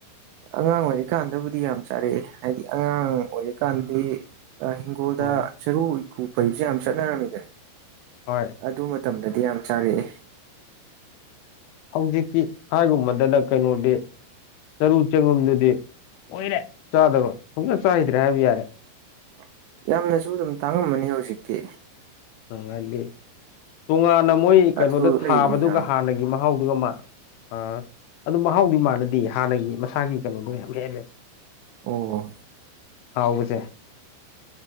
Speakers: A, on the right (about 80°); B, on the left (about 80°).
A: ꯑꯉꯥꯡ ꯑꯣꯏꯔꯤꯀꯥꯟꯗꯕꯨꯗꯤ ꯌꯥꯝ ꯆꯥꯔꯛꯑꯦ ꯍꯥꯏꯗꯤ ꯑꯉꯥꯡ ꯑꯣꯏꯔꯤꯀꯥꯟꯗꯤ ꯁꯀꯗ
B: ꯑꯣ
A: ꯆꯔꯨ ꯏꯀꯨ ꯐꯩꯕꯁꯦ ꯌꯥꯝ ꯆꯠꯅꯔꯝꯃꯤꯗꯅꯦ
B: ꯍꯣꯏ
A: ꯑꯗꯨ ꯃꯇꯝꯗꯗꯤ ꯌꯥꯝ ꯆꯥꯔꯛꯑꯦ
B: ꯍꯧꯖꯤꯛꯇꯤ ꯍꯥꯏꯒꯨꯝꯕꯗꯅ ꯀꯩꯅꯣꯗꯤ ꯆꯔꯨ ꯆꯦꯡꯉꯝꯗꯨꯗꯤ ꯑꯣꯏꯔꯦ ꯆꯥꯗꯕꯣꯏ ꯐꯪꯖ ꯆꯥꯈꯤꯩꯗ꯭ꯔꯦ ꯍꯥꯏꯕ ꯌꯥꯔꯦ
A: ꯑ ꯌꯥꯝꯅꯁꯨ ꯑꯗꯨꯝ ꯇꯥꯡꯉꯝꯃꯅꯤ ꯍꯧꯖꯤꯛꯇꯤ
B: ꯉꯥꯏꯗꯤ ꯇꯣꯉꯥꯟꯅ ꯃꯣꯏ
A: ꯑꯗꯨ
B: ꯀꯩꯅꯣꯗ
A: ꯂꯩꯕꯅꯦ
B: ꯊꯥꯕꯗꯨꯒ
A: ꯌꯥꯝ
B: ꯍꯥꯟꯅꯒꯤ ꯃꯍꯥꯎꯗꯨꯒ ꯃꯥ ꯑ ꯑꯗꯨ ꯃꯍꯥꯎꯗꯤ ꯃꯥꯟꯅꯗꯦ ꯍꯥꯟꯅꯒꯤ ꯃꯁꯥꯒꯤ ꯀꯩꯅꯣꯗꯣ ꯌꯥꯝ ꯍꯦꯜꯂꯦ
A: ꯑꯣ
B: ꯍꯥꯎꯕꯁꯦ